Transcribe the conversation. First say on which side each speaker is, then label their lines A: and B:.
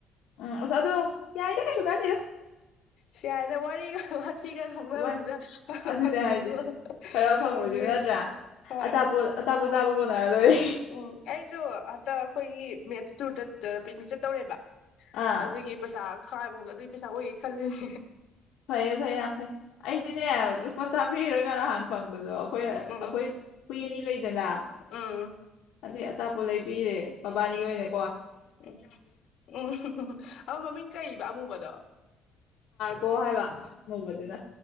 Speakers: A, on the left; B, on the left.
A: ꯎꯝ ꯑꯁ ꯑꯗꯣ ꯌꯥꯏꯗ ꯀꯩꯁꯨ ꯀꯥꯏꯗꯦꯗ
B: ꯁꯤ ꯌꯥꯔꯦꯗ ꯋꯥꯔꯤ ꯋꯥꯊꯤ ꯈꯔ ꯉꯥꯡꯅꯕꯁꯤꯗ
A: ꯋꯥꯏ ꯑꯗꯨꯅꯦ
B: ꯐꯪꯕꯁꯤꯕꯨ
A: ꯍꯥꯏꯁꯦ ꯈꯔ
B: ꯐꯪꯃꯟꯈ꯭ꯔꯦ
A: ꯐꯪꯕꯁꯤꯕꯨ ꯅꯠꯇ꯭ꯔꯥ
B: ꯍꯣꯏ
A: ꯑꯆꯥꯄꯣꯠ ꯑꯆꯥꯄꯣꯠ ꯆꯥꯕ ꯀꯣꯟꯅꯔ ꯂꯣꯏꯔꯦ
B: ꯎꯝ ꯑꯩꯁꯨ ꯑꯣ ꯍꯟꯇꯛ ꯑꯩꯈꯣꯏꯒꯤ ꯃꯦꯠꯁ ꯇꯨꯔꯗ ꯄꯤꯛꯅꯤꯛ ꯆꯠꯇꯧꯔꯦꯕ
A: ꯑꯥ
B: ꯑꯗꯨꯒꯤ ꯄꯩꯁꯥ ꯈꯥꯏꯕ ꯒꯨꯝꯕ ꯑꯗꯨꯒꯤ ꯄꯩꯁꯥ ꯑꯣꯏꯌꯦ ꯈꯜꯂꯤꯅꯦ
A: ꯐꯩꯌꯦ ꯐꯩꯌꯦ ꯌꯥꯝ ꯐꯩ ꯑꯩꯗꯤꯅꯦ ꯂꯨꯄꯥ ꯆꯥꯝꯃꯔꯤꯔꯒ ꯅꯍꯥꯟ ꯐꯪꯕꯗꯣ ꯑꯩꯈꯣꯏ
B: ꯎꯝ
A: ꯑꯩꯈꯣꯏ ꯍꯨꯏ ꯑꯅꯤ ꯂꯩꯗꯅ
B: ꯎꯝ
A: ꯑꯗꯩ ꯑꯆꯥꯄꯣꯠ ꯂꯩꯕꯤꯔꯦ ꯃꯕꯥꯅꯤꯒꯤ ꯑꯣꯏꯅ
B: ꯎꯝ ꯎꯝ ꯑꯃ ꯍꯨ ꯍꯨ ꯍꯨ ꯃꯃꯤꯡ ꯀꯩꯕ ꯑꯃꯨꯕꯗꯣ
A: ꯀꯣ ꯍꯥꯏꯕ ꯑꯃꯨꯕꯗꯨꯅ